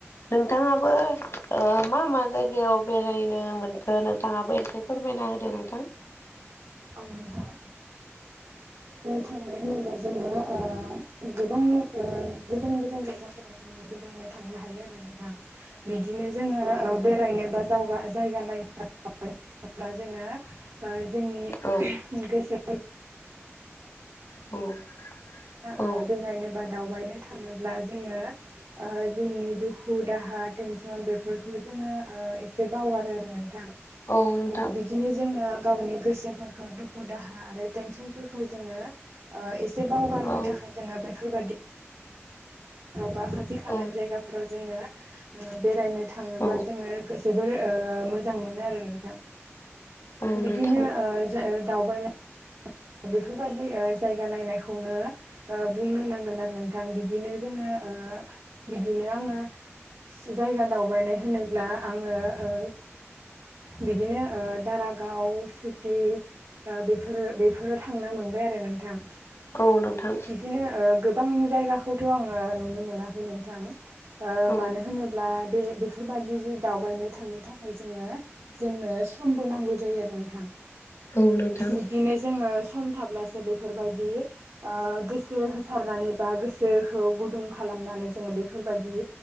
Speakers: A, on the left; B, on the right.
A: नोंथाङाबो ओ मा मा जायगा याव बेरायनो मोनखो नोंथाङाबो एसे फोरमायना होदो नोंथां
B: औ नोंथां थांनाय होनोब्ला जोङो ओ गोबां ओ गोजान गोजान जायगाफोरा जो बेरायनो थांनो हायो आरो दा बिदिनो जोङो बेरायनोबा दावगा जायगा नायब्ला जोङो जोंनि
A: औ
B: गोसोफोर
A: औ
B: ओ
A: औ
B: ओ
A: औ
B: बेरायनोबा दावबायनो थाङोब्ला जोङो ओ जोंनि दुखु दाहा टेनसन बेफोरखौ जोङो ओ एसे बावगारो आरो नोंथां आ
A: औ नोंथां
B: बि बिदिनो जोङो गावनि गोसोफोरखौ दुखु दाहा आरो टेनसनफोरखौ जोङो ओ एसे बावगारनो
A: औ
B: थाखाय जोङो बेफोरबायदि बा खाथि खालानि
A: औ
B: जायगाफोराव जोङो बेरायनो थाङोब्ला
A: औ
B: जोङो जोबोर ओ मोजां मोनो आरो नोंथां
A: औ
B: बिदिनो
A: नोंथां
B: ओ दावबायनाय बेफोरबायदि ओ जायगा नायनायखौनो ओ बुंनो नांगोन आरो नोंथां बिदिनो जोङो बिदिनो आङो जायगा दावबायनाय होनोब्ला आङो ओ बिदिनो ओ दारागाव सुकि ओ बेफोरो बे बेफोराव थांनो मोनबाय आरो नोंथां
A: औ नोंथां
B: बिदिनो ओ गोबां जायगाखौथ' आङो नुनो मोनाखै नोंथां
A: औ
B: मानो होनोब्ला बे बेफोरबायदि दावबायनो थांनो थाखाय जोङो जोंनो समबो नांगौ जायो आरो नोंथां।
A: औ नोंथां
B: बिदिनो जोङो सम थाब्लासो बेफोरबायदि ओ गोसो होसारनानै बा गोसोखौ गुदुं खालामनानै जोङो बेफोरबायदि